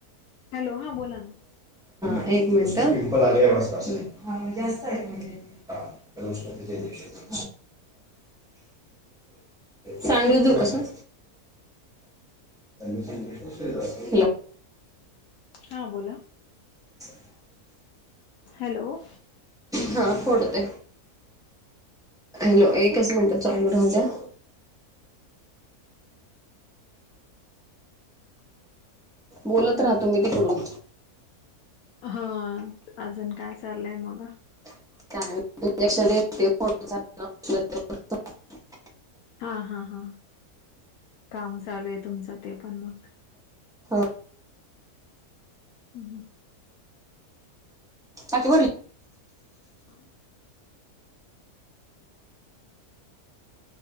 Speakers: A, on the left; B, in the centre.
A: हॅलो हा बोला ना
B: एक मिनिट आ जास्त म्ह हष्ण सांगू दू कसं ुाशन
A: हा बोला
B: <inaudible>
A: हॅलो
B: हा फोडते हॅलो एकच मिनिट चालू राह द बोलत राहतो मी तिकडून
A: हा अजून काय चाललंय मग
B: का इंजेक्शन दोट
A: हा हा हा काम चालू आहे तुमचं ते पण मग
B: हा
A: हम् हम
B: बाकी बर
A: हम्